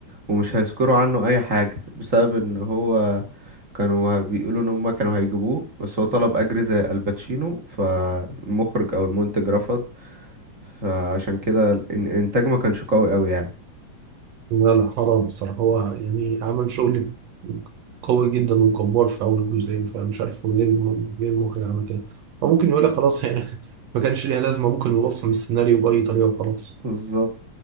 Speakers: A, on the right; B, on the right.
A: ومش هيذكروا عنه اي حاجة بسبب ان هو كانوا بيقولوا ان هما كانوا هيجيبوه بس هو طلب اجر زي الباتشينو فالمخرج او المنتج رفض فعشان كده الإن- الانتاج ما كانش قوي قوي يعني
B: لا لا حرام بصراحة هو يعني عمل شغل قوي جدا وجبار في أول جزئين فمش عارف هو ليه الم- ليه المخرج عمل كده هو ممكن يقول لك خلاص يعني <laughs> ما كانش ليها لازمة ممكن نلصم السيناريو بأي طريقة وخلاص
A: بالظبط